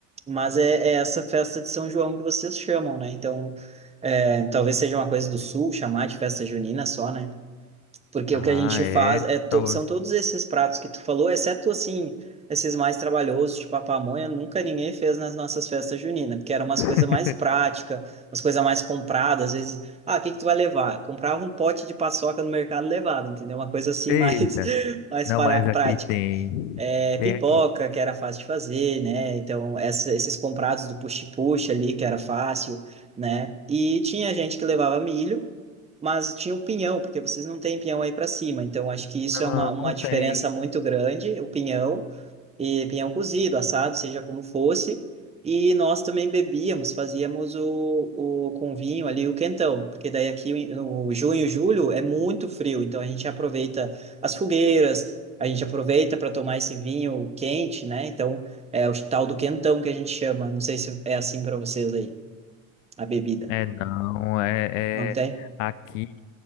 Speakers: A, on the right; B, on the left.
A: Mas é, é essa festa de São João que vocês chamam, né? Então, é, talvez seja uma coisa do Sul chamar de festa junina só, né? Porque
B: Ah,
A: o que a gente faz
B: é.
A: é to-
B: Talvez.
A: são todos esses pratos que tu falou, exceto assim, esses mais trabalhosos, tipo a pamonha, nunca ninguém fez nas nossas festas juninas, porque eram umas coisas
B: <laughs>
A: mais práticas, umas coisas mais compradas, às vezes, ah, o que que tu vai levar? Comprava um pote de paçoca no mercado e levava, entendeu? Uma coisa assim
B: Eita.
A: mais <laughs> mais
B: Não,
A: para
B: mas
A: prática
B: aqui tem.
A: é,
B: Tem
A: pipoca,
B: aqui.
A: que era fácil de fazer, né? Então, essa- esses comprados do puxa-puxa ali, que era fácil, né? E tinha gente que levava milho, mas tinha o pinhão, porque vocês não têm pinhão aí para cima. Então, acho que isso
B: Não,
A: é uma, uma
B: não
A: diferença
B: tem.
A: muito grande, o pinhão e pinhão cozido, assado, seja como fosse. E nós também bebíamos, fazíamos o, o com vinho ali o quentão, porque daí aqui no junho, julho é muito frio, então a gente aproveita as fogueiras, a gente aproveita para tomar esse vinho quente, né? Então é o tal do quentão que a gente chama. Não sei se é assim para vocês aí, a bebida.
B: É não, é,
A: Não tem?
B: é aqui,